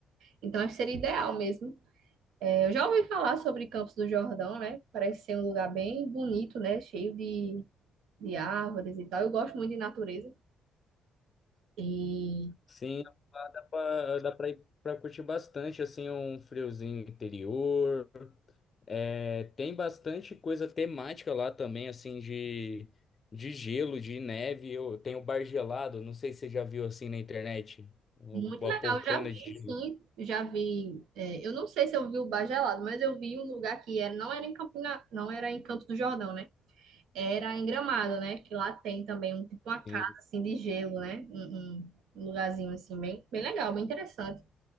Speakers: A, on the right (about 80°); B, on the left (about 40°).
A: Então acho que seria ideal mesmo. Eu já ouvi falar sobre Campos do Jordão, né? Parece ser um lugar bem bonito, né? Cheio de, de árvores e tal. Eu gosto muito de natureza. E
B: Sim, lá dá pra, dá pra ir pra curtir bastante, assim, um friozinho interior. É, tem bastante coisa temática lá também, assim, de, de gelo, de neve. Eu, tem o bar gelado, não sei se você já viu assim na internet. o-
A: muito legal.
B: A poltrona
A: Eu Já vi,
B: de gelo.
A: sim. Já vi. é, eu não sei se eu vi o Bar Gelado, mas eu vi um lugar que era, não era em Campina, não era em Campos do Jordão, né? Era em Gramado, né? Que lá tem também um tipo uma casa
B: assim.
A: assim de gelo, né? Um, um um lugarzinho assim bem, bem legal, bem interessante.